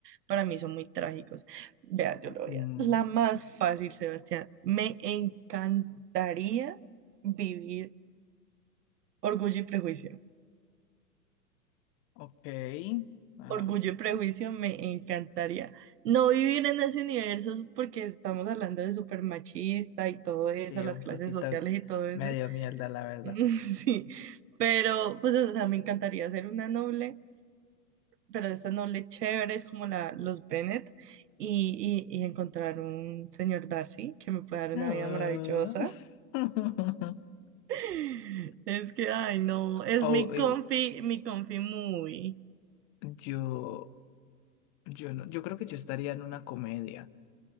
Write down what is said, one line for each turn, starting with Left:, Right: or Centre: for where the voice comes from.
Right: para mí son muy trágicos. Vea, yo lo
Left: Mm,
Right: voy a... La más fácil, Sebastián. Me encantaría vivir Orgullo y Prejuicio.
Left: ok, am,
Right: Orgullo y Prejuicio me encantaría. No vivir en ese universo porque estamos hablando de súper machista y todo eso,
Left: sí,
Right: las
Left: un
Right: clases
Left: poquito
Right: sociales y todo eso.
Left: medio mierda, la verdad.
Right: <laughs> Sí, pero pues o sea, me encantaría ser una noble, pero de estas nobles chéveres como la, los Bennet y, y, y encontrar un señor Darcy que me pueda dar
Left: Ah.
Right: una vida maravillosa.
Left: <laughs>
Right: <laughs> Es que, ay, no, es
Left: Oh,
Right: mi
Left: eu-
Right: confi, mi confi muy.
Left: yo, yo no, yo creo que yo estaría en una comedia.